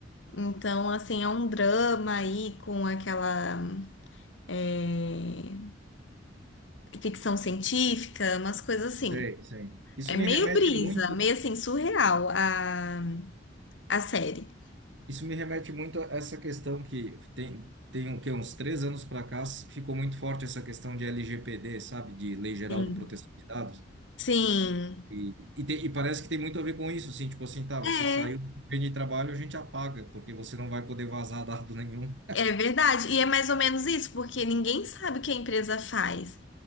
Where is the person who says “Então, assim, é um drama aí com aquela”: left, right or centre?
Left